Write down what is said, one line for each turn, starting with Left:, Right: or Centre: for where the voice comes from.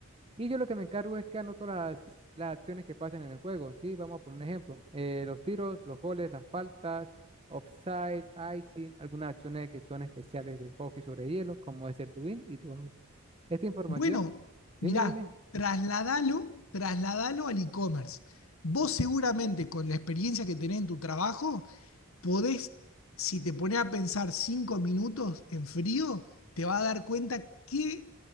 Right: y yo lo que me encargo es que anoto las, las acciones que pasan en el juego. Sí, vamos a poner un ejemplo. eh, los tiros, los goles, las faltas, offside, icing, algunas acciones que son especiales del hockey sobre hielo, como es el doing y todo. Esta información,
Left: Bueno,
Right: dime,
Left: mirá,
Right: dime.
Left: trasladalo, trasladalo al e-commerce. Vos seguramente con la experiencia que tenés en tu trabajo, podés, si te pones a pensar cinco minutos en frío, te vas a dar cuenta qué